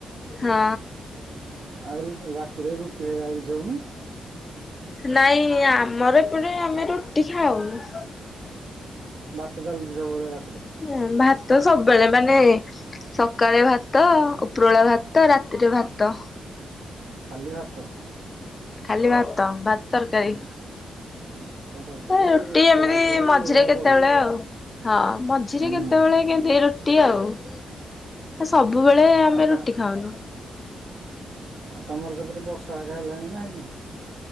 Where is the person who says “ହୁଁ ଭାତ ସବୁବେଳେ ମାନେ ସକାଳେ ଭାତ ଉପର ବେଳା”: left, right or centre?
Left